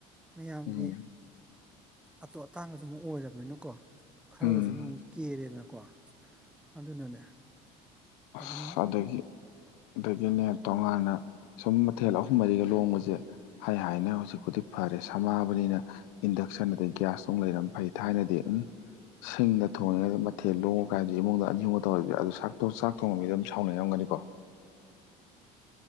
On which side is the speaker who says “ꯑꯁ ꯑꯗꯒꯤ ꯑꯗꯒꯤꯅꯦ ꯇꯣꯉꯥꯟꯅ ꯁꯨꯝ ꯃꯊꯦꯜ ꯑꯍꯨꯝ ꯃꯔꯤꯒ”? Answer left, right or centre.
Left